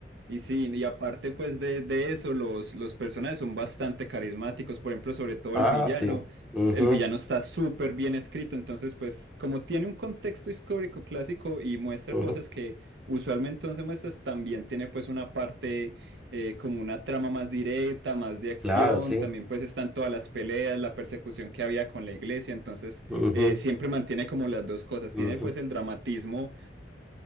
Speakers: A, on the right (about 65°); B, in the centre.
A: y sí, y aparte pues de, de eso, los, los personajes son bastante carismáticos, por ejemplo, sobre todo
B: Ah,
A: el villano,
B: sí. Ujú,
A: s- el villano está súper bien escrito, entonces pues como tiene un contexto histórico clásico y muestra
B: ujú.
A: cosas que usualmente no se muestran, también tiene pues una parte eh, como una trama más directa, más de acción,
B: Claro, sí.
A: también pues están todas las peleas, la persecución que había con la iglesia, entonces
B: Ujú,
A: eh, siempre mantiene como las dos cosas,
B: ujú,
A: tiene pues el dramatismo